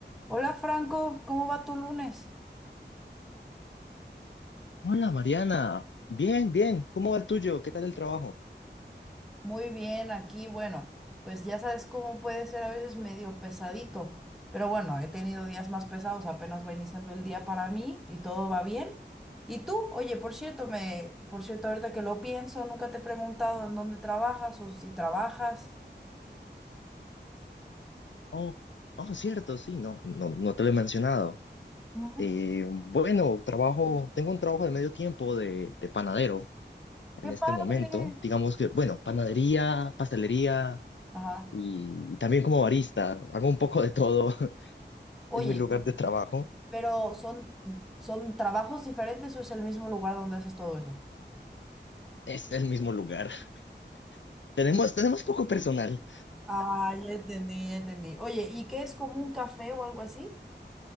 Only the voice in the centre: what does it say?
Hola Franco, ¿cómo va tu lunes?
Muy bien, aquí, bueno, pues ya sabes cómo puede ser a veces medio pesadito, pero bueno, he tenido días más pesados, apenas va iniciando el día para mí y todo va bien. ¿Y tú? Oye, por cierto, me, por cierto, ahorita que lo pienso, nunca te he preguntado en dónde trabajas o si trabajas.
Ujú.
¡Qué
padre!
Ajá.
Oye,
pero ¿son, son trabajos diferentes o es el mismo lugar donde haces todo eso?
Ah, ya entendí, ya entendí. Oye, ¿y qué es como un café o algo así?